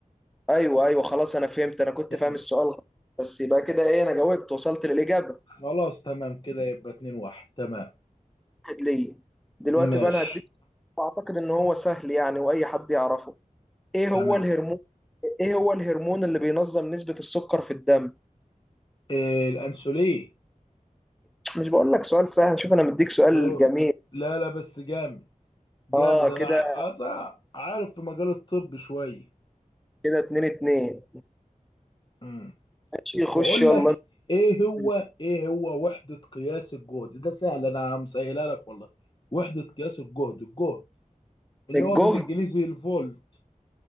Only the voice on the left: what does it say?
تمام
خلاص تمام كده يبقى اتنين واحد تمام
ماشي
تمام
إيه الانسولين
سو
لا لا بس جامد
جامد
انا ع- عايز أ- عارف في مجال الطب شوية
مم.
بقول
لك ايه هو
ايه هو وحدة قياس الجهد ده سهل انا مسهلها لك والله وحدة قياس الجهد الجهد اللي
هو بالانجليزي الفولت